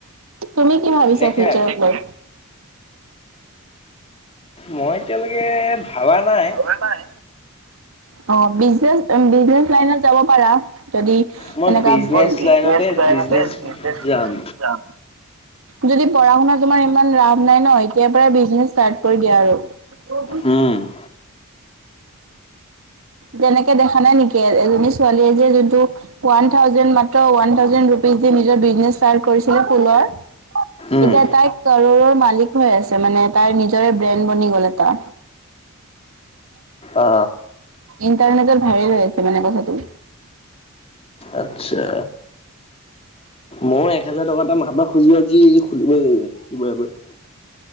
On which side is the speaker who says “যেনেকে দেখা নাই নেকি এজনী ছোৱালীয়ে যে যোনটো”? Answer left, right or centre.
Right